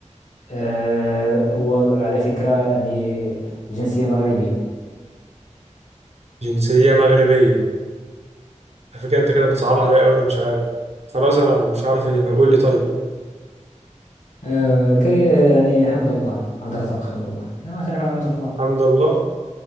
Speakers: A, on the left (about 75°); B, on the right (about 60°).
A: آه، هو على فكرة يعني جنسية مغربية
B: جنسية مغربية على فكرة انت كده بتصعب عليا قوي انا مش عارف خلاص انا مش عارف اجيبها قول لي طيب
A: آه كري آه يعني حمد الله عبد الرزاق حمد الله لا ما تعرف عبد الرزاق
B: الحمد لله